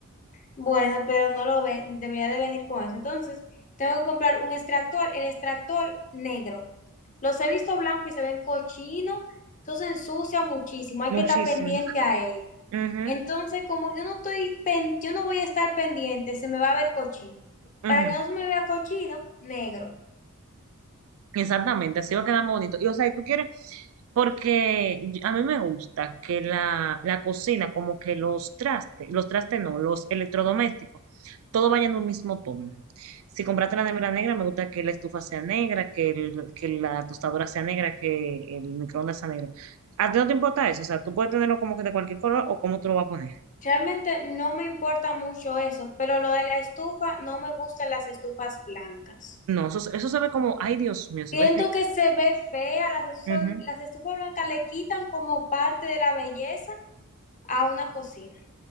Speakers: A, on the left; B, on the right.
A: Bueno, pero no lo ve, debería de venir con eso. Entonces, tengo que comprar un extractor, el extractor negro. Los he visto blancos y se ven cochinos, eso se ensucia muchísimo, hay
B: muchísimo.
A: que estar pendiente a ello.
B: Ujú,
A: Entonces, como yo no estoy, pen- yo no voy a estar pendiente, se me va a ver cochino.
B: ujú.
A: Para que no se me vea cochino, negro.
B: Exactamente, así va a quedar más bonito. Y o sea, y tú quieres, porque yo- a mí me gusta que la, la cocina, como que los trastes, los trastes no, los electrodomésticos, todo vaya en un mismo tono. Si compraste la nevera negra, me gusta que la estufa sea negra, que, el- que la tostadora sea negra, que el microondas sea negro. ¿A ti no te importa eso? O sea, tú puedes tenerlo como que de cualquier color o cómo tú lo vas a poner.
A: Realmente no me importa mucho eso, pero lo de la estufa, no me gustan las estufas blancas.
B: No, eso, eso se ve como, ay Dios mío, se
A: Siento
B: ve feo.
A: que se ve fea, las, estu-
B: Ujú.
A: las estufas blancas le quitan como parte de la belleza a una cocina.